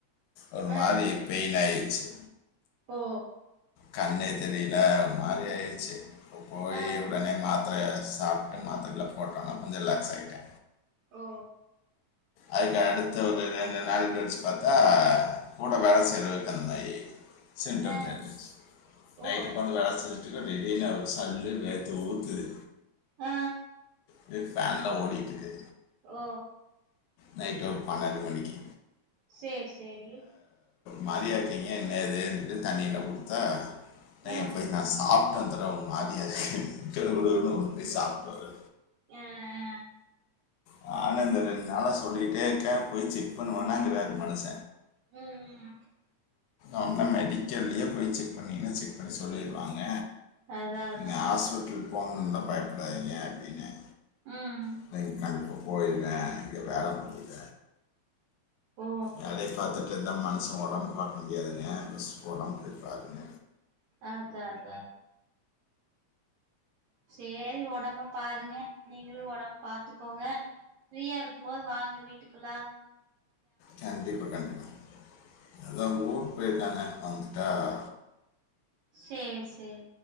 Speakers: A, on the left; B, on the right.
A: ஒரு
B: ஆ
A: மாரி பெயின் ஆயிச்சி
B: ஓ
A: கண்ணே தெரில ஒரு மாரி ஆயிருச்சி இப்போ போயி
B: ஆ
A: உடனே மாத் திரய சாப்ட்டு மாத்திர எல்லா போட்டவொன்னே கொஞ்ச ரிலாக்ஸ் ஆயிட்ட
B: ஓ
A: அதுக்கு அடுத்து ஒரு ரெண்டு நாள் கழிச்சி பாத்தா கூட வேல செய்றவருக்கு அந்த மாரி சிம்டம்
B: ஆ
A: தெரிஞ்சிச்சி நைட்டு
B: ஓ
A: உக்காந்து வேல செஞ் சிதா திடீர்னு அவருக்கு சல்லுன்னு வேர்த்து ஊத்துது
B: ஆ
A: இது ஃபேன்லா ஓடிட்டிருக்கு
B: ஓ
A: நைட்டு ஒரு பன்னண்டு மணிக்கி
B: சேரி சேரி
A: மாரியா இருக்கீங்க என்ன ஏதுன்ட்டு தண்ணியெல்லா குடுத்தா இன்னங்க
B: ஆ
A: போய் நா சாப்ட்டு வந்துற ஒரு மாதிரியா இருக்குன்ட்டு குடு குடுனு ஓடி போயி சாப்ட்டு வராரு
B: ஆ ஆ
A: நானு இந்த ரண்டு நாளா சொல்லிட்டே இருக்க போயி செக் பண்ணுவனாங்கிறாரு மனுச
B: ம் ம்
A: ஒன்னு மெடிக்கல்லயே போயி செக் பண்ணீன்னா செக் பண்ணி சொல்லிருவாங்க
B: அதா
A: நீங்க
B: அதா
A: ஹாஸ்பிட்டலு போனுன்னுல்லா பயப்படாதீங்க அப்டின்ன
B: ம்
A: இல்லைங் கண்டிப்பா போயிற இங்க வேல முடில
B: ஓ
A: வேலய பாத்துட்டு இருந்தா மனுச ஒடம்பு பாக்க முடியாதுங்க ஃபஸ்ட்டு ஒடம்பு போயி பாருங்க
B: ஆ அதா அதா சேரி ஒடம்ப பாருங்க நீங்களும் ஒடம் பாத்துக்கோங்க ஃப்ரீயா இருக்கமோது வாங்க வீட்டுக்கில்லா
A: கண்டிப்பா கண்டிப்பா எல்லாரும் ஊர் போயிருக்காங்க வந்துட்டா வர
B: சேரி சேரி